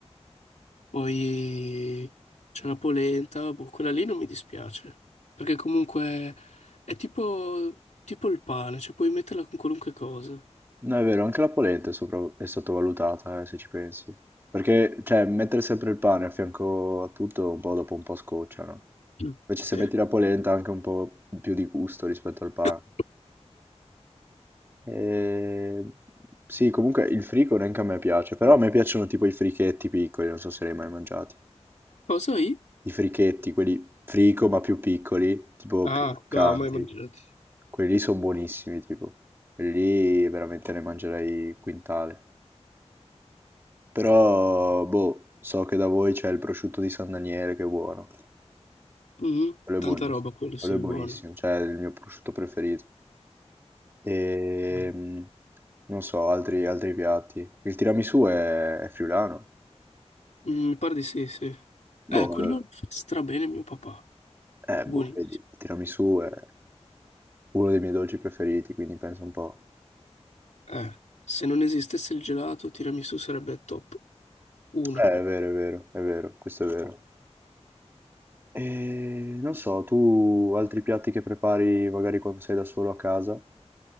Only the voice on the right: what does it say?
No, è vero, anche la polenta è, sopra- è sottovalutata, eh, se ci pensi. Perché, cioè, mettere sempre il pane a fianco a tutto, un po' dopo un po' scoccia, no?
Invece se
metti la polenta ha anche un po' più di gusto rispetto al pane.
E... Sì, comunque il frico neanche a me piace, però a me piacciono tipo i frichetti piccoli, non so se li hai mai mangiati.
I frichetti, quelli frico ma più piccoli, tipo
più croccanti.
Quelli lì sono buonissimi, tipo. Quelli lì veramente ne mangerei quintale. Però, boh, so che da voi c'è il prosciutto di San Daniele che è buono.
Quello
è buonissimo.
Quello
è buonissimo,
cioè è il mio prosciutto preferito. E
non so, altri, altri piatti. Il tiramisù è, è friulano.
Boh,
allora,
eh,
boh, vedi, il tiramisù è uno dei miei dolci preferiti, quindi pensa un po'.
Eh, è vero, è vero, è vero, questo è vero. E non so, tu altri piatti che prepari magari quando sei da solo a casa,